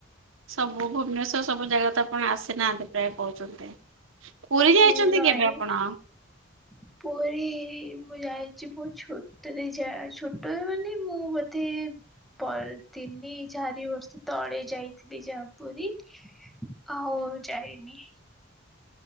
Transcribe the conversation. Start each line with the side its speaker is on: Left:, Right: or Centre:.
Right: ସବୁ ଭୁବନେଶ୍ଵର ସବୁ ଜାଗା ତ ଆପଣ ଆସିନାହାନ୍ତି ପ୍ରାୟ କହୁଚନ୍ତି। ପୁରୀ
Centre: ଉଁ
Right: ଯାଇଛନ୍ତି
Centre: ନାଇଁ
Right: କେବେ ଆପଣ?
Centre: <inaudible> ପୁରୀ ମୁଁ ଯାଇଛି ପ ଛୋଟରେ ଜା ଛୋଟ ରେ ମାନେ ମୁଁ ବୋଧେ ପର୍ ତିନି ଚାରି ବର୍ଷ ତଳେ ଯାଇଥିଲି ଯାହା ପୁରୀ। ଆଉ ଯାଇନି।